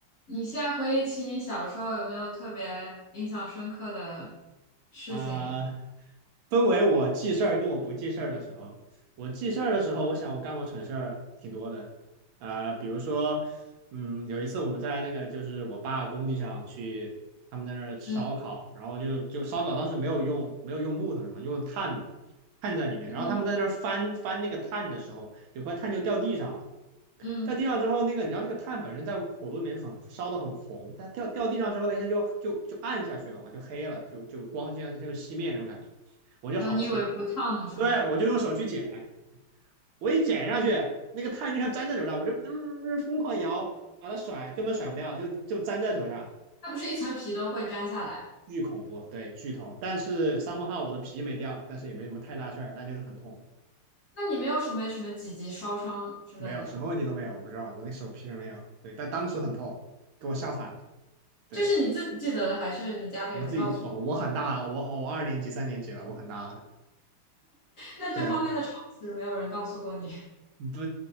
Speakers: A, on the left (about 55°); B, on the right (about 80°).
A: 你现在回忆起你小时候，有没有特别印象深刻的事情？
B: 啊、分为我记事儿跟我不记事儿的时候，我记事儿的时候，我想我干过蠢事儿挺多的，啊、比如说，嗯，有一次我们在那个就是我爸工地上去，他们在那儿吃烧烤，
A: 嗯
B: 然后就就烧烤当时没有用没有用木头什么，用炭嘛，炭在里面，
A: 嗯
B: 然后他们在那儿翻翻那个炭的时候，有块炭就掉地上了。
A: 嗯，
B: 在地上之后，那个你知道那个炭本身在火炉里面很烧的很红，但掉掉地上之后，那些就就就暗下去了嘛，就黑了，就就光这样就熄灭那种感觉。我就好心，
A: 然后你以为不烫的是吗？
B: 对我就用手去捡，我一捡上去，那个炭就像粘在手上，我就、呃疯狂摇，把它甩，根本甩不掉，就就粘在手上，
A: 它不是一层皮都会粘下来？
B: 巨恐怖，对，巨痛。但是 somehow 我的皮没掉，但是也没什么太大事儿，那就是很痛。
A: 那你没有什么什么几级烧伤之类的？
B: 没有什么问题都没有，我不知道，我那手皮是没有，对，但当时很痛，给我吓惨了。对，
A: 这是你自己记得的，还是你家里人告诉你？
B: 我自己，哦，我很大了，我哦我二年级、三年级了，我很大了。
A: 那这方面的常识没有人告诉过你，
B: 对，不，